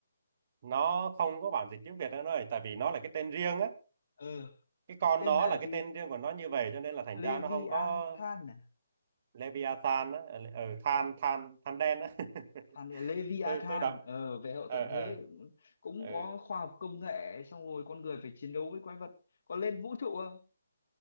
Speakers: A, on the right; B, on the left.
A: nó không có bản dịch tiếng Việt nữa rồi tại vì nó là cái tên riêng á
B: ờ
A: cái con
B: tên
A: đó
B: là
A: là cái
B: gì
A: tên riêng của nó như vậy cho nên là thành
B: Leviathan
A: ra nó không có
B: à
A: Leviathan á ở ờ, than
B: À,
A: than than đen á
B: Than là Leviathan
A: <laughs> tôi tôi đọc
B: ờ về hậu
A: ờ
B: tận
A: ờ
B: thế cũng
A: ờ
B: có khoa học công nghệ xong rồi con người phải chiến đấu với quái vật có lên vũ trụ không